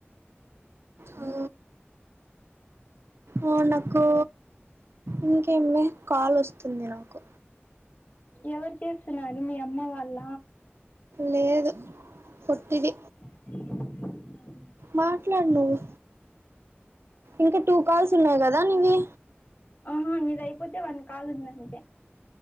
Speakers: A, on the right (about 70°); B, on the left (about 40°).
A: ఓ ఆ నాకు ఇంకేమ్మి కాల్ అస్తుంది నాకు
B: ఎవరు చేస్తున్నారు మీ అమ్మ వాళ్ళ
A: లేదు పొట్టిది
B: అ
A: మాట్లాడు నువ్వు ఇంకా టూ కాల్స్ ఉన్నాయి కదా నీవి
B: ఆహా నీది అయిపోతే వానీ కాల్స్ ఉంది అంతే